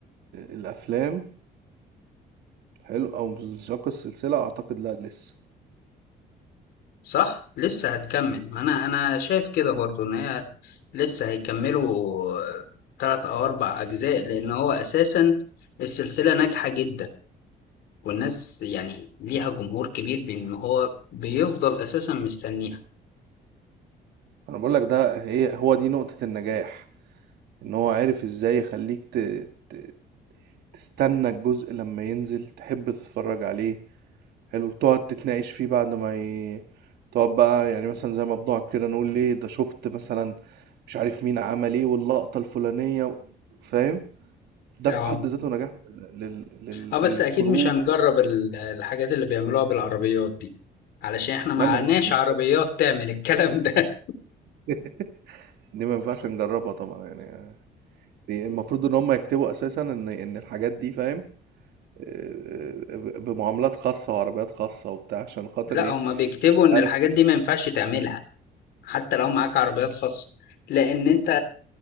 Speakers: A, on the right; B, on the left.
A: الأفلام حلو أو من سياق السلسلة أعتقد لا لسه
B: صح؟ لسه هتكمل ما أنا أنا شايف كده برضو إن هي لسه هيكملوا تلات أو أربع أجزاء لأن هو أساسا السلسلة ناجحة جدا والناس يعني ليها جمهور كبير بإن هو بيفضل أساسا مستنيها
A: أنا بقول لك ده هي هو دي نقطة النجاح إن هو عارف إزاي يخليك ت... ت... تستنى الجزء لما ينزل تحب تتفرج عليه حلو تقعد تتناقش فيه بعد ما ي... تقعد بقى يعني مثلا زي ما بنقعد كده نقول ليه ده شفت مثلا مش عارف مين عمل ايه واللقطة الفلانية و- فاهم ده
B: اه
A: في حد ذاته نجاح لل... لل...
B: اه بس
A: للكرو
B: اكيد مش هنجرب ال- الحاجات اللي بيعملوها بالعربيات دي علشان احنا معناش
A: لا ما ينفعش نجربها
B: عربيات تعمل الكلام ده
A: <laughs> دي ما ينفعش نجربها طبعا يعني دي المفروض ان هم يكتبوا اساسا ان ان الحاجات دي فاهم آه، ب- بمعاملات خاصة وعربيات خاصة وبتاع عشان
B: <laughs>
A: خاطر
B: لا
A: ايه
B: هما بيكتبوا ان
A: عارف
B: الحاجات دي ما ينفعش تعملها حتى لو معاك عربيات خاصة لان انت